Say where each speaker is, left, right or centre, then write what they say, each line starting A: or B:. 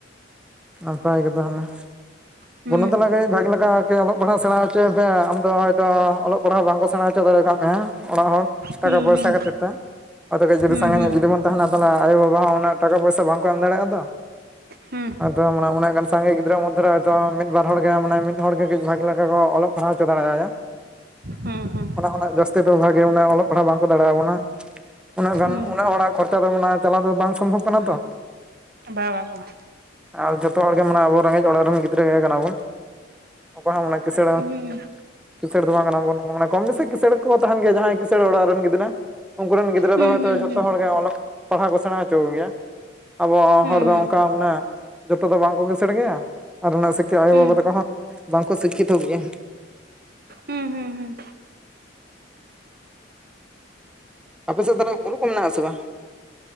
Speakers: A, in the centre; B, on the right.
A: ᱱᱟᱯᱟᱭ ᱜᱮ ᱛᱟᱦᱚᱞᱮ
B: ᱦᱩᱸ
A: ᱵᱚᱱᱩ ᱫᱚ <inaudible> ᱵᱷᱟᱜᱮ ᱞᱟᱜᱟᱜᱼᱟ ᱠᱤ ᱚᱞᱚᱜ ᱯᱟᱲᱦᱟᱣ ᱥᱮᱬᱟ ᱚᱪᱚᱭᱮ ᱯᱮ ᱟᱢᱫᱚ ᱦᱚᱭᱛᱚ ᱚᱞᱚᱜ ᱯᱟᱲᱦᱟᱣ ᱵᱟᱝ ᱠᱚ ᱥᱮᱬᱟ ᱦᱚᱪᱚ ᱫᱟᱲᱮᱭ ᱟᱠᱟᱫ ᱢᱮᱭᱟ᱾ ᱚᱲᱟᱜ ᱦᱚᱲ ᱴᱟᱠᱟ
B: ᱦᱩᱸ
A: ᱯᱚᱭᱥᱟ ᱠᱷᱟᱹᱛᱤᱨ ᱛᱮ, ᱟᱫᱚ ᱜᱮᱡᱩᱨᱤᱥᱟᱝ
B: ᱦᱩᱸ ᱦᱩᱸ ᱦᱩᱸ
A: ᱦᱟᱹᱵᱤᱡ ᱡᱩᱫᱤ ᱵᱚᱱ ᱛᱟᱸᱦᱮᱱᱟ ᱛᱟᱞᱦᱮ ᱟᱭᱳ ᱵᱟᱵᱟ ᱦᱚᱸ ᱩᱱᱟ. ᱜ ᱴᱟᱠᱟ ᱯᱚᱭᱥᱟ ᱵᱟᱝᱠᱚ ᱮᱢ ᱫᱟᱲᱮᱭᱟᱜ ᱫᱚ᱾
B: ᱦᱩᱸ
A: ᱟᱫᱚ ᱢᱚᱱᱮ ᱩᱱᱟᱹᱜ ᱜᱟᱱ ᱥᱟᱺᱜᱮ ᱜᱤᱫᱽᱨᱟᱹ ᱢᱩᱫ ᱨᱮ ᱦᱚᱭ ᱛᱚ ᱢᱤᱫ ᱵᱟᱨ ᱦᱚᱲ ᱜᱮ ᱢᱟᱱᱮ ᱢᱤᱫ ᱦᱚᱲ ᱜᱮ ᱠᱟ. ᱡ ᱵᱷᱟᱹᱜᱤ ᱞᱮᱠᱟ ᱠᱚ ᱚᱞᱚᱜ ᱯᱟᱲᱦᱟᱣ ᱦᱚᱪᱚ ᱫᱟᱲᱮᱟᱭᱟᱭᱟ
B: ᱦᱩᱸ ᱦᱩᱸ
A: ᱩᱱᱟᱹᱜ ᱡᱟᱹᱥᱛᱤ ᱫᱚ ᱵᱷᱟᱹᱜᱤ ᱚᱞᱚᱜ ᱯᱟᱲᱦᱟᱜ ᱵᱟᱝ ᱫᱟᱲᱟᱭᱟᱵᱚᱱᱟ ᱩᱱᱟᱹᱜ ᱜᱟᱱ
B: ᱦᱩᱸ
A: ᱩᱱᱟ. ᱜ ᱦᱚᱲᱟᱜ ᱠᱷᱚᱨᱪᱟ ᱫᱚ ᱢᱟᱱᱮ ᱪᱟᱞᱟᱣ ᱫᱚ ᱵᱟᱝ ᱥᱚᱢᱵᱷᱚᱵ ᱠᱟᱱᱟ ᱛᱚ
B: ᱵᱟ ᱵᱟ ᱵᱟ ᱵᱟ
A: ᱟᱨ ᱡᱚᱛᱚ ᱦᱚᱲ ᱜᱮ ᱢᱟᱱᱮ ᱟᱵᱚ ᱨᱮᱸᱜᱮᱡ ᱚᱲᱟᱜ ᱨᱮᱱ ᱜᱤᱫᱽᱨᱟᱹ ᱜᱮ ᱠᱟᱱᱟ ᱵᱚᱱ ᱚᱠᱚᱭ ᱦᱚᱸ ᱩᱱᱟ. ᱠᱤᱥᱟᱹᱬ
B: ᱦᱩᱸ ᱦᱩᱸ
A: ᱠᱤᱥᱟᱹᱲ ᱫᱚ ᱵᱟᱝ ᱠᱟᱱᱟ ᱵᱚᱱ ᱢᱟᱱᱮ ᱠᱚᱢ ᱵᱮᱥᱤ ᱠᱤᱸᱥᱟᱹᱬ ᱠᱚ ᱛᱟᱦᱮᱸᱱ ᱜᱮᱭᱟ ᱡᱟᱦᱟᱸᱭ ᱠᱤᱥᱟᱹᱬ ᱚᱲᱟᱜ ᱨᱮᱱ ᱜᱤᱫᱽᱨᱟᱹ ᱩᱱᱠᱩ ᱨᱮᱱ ᱜᱤᱫᱽᱨᱟᱹ
B: ᱦᱩᱸ
A: ᱫᱚ ᱦᱚᱭᱛᱚ
B: ᱦᱩᱸ
A: ᱡᱷᱚᱛᱚ
B: ᱦᱩᱸ
A: ᱦᱚᱲ ᱜᱮ ᱚᱞᱚᱜ ᱯᱟᱲᱦᱟᱣ ᱠᱚ ᱥᱮᱬᱟ ᱦᱚᱪᱚ ᱠᱚ ᱜᱮᱭᱟ ᱟᱵᱚ
B: ᱦᱩᱸ
A: ᱦᱚᱲ ᱫᱚ ᱚᱱᱠᱟ ᱢᱟᱱᱮ ᱡᱚᱛᱚ ᱫᱚ ᱵᱟᱝ ᱠᱚ ᱠᱤᱥᱟᱹᱬ ᱜᱮᱭᱟ ᱟᱨ ᱚᱱᱟ. ᱥᱤᱠᱷᱟ. ᱟᱭᱳ
B: ᱦᱩᱸ
A: ᱵᱟᱵᱟ ᱛᱟᱠᱚ ᱦᱚᱸ ᱵᱟᱝᱠᱚ ᱥᱤᱠᱠᱷᱤᱛᱚ ᱜᱮᱭᱟ
B: ᱦᱩᱸ ᱦᱩᱸ ᱦᱩᱸ
A: ᱟᱯᱮ ᱥᱮᱫ ᱫᱚ ᱛᱟᱦᱚᱞᱮ ᱵᱩᱨᱩ ᱠᱩ ᱢᱮᱱᱟᱜᱼᱟ ᱥᱮ ᱵᱟᱝ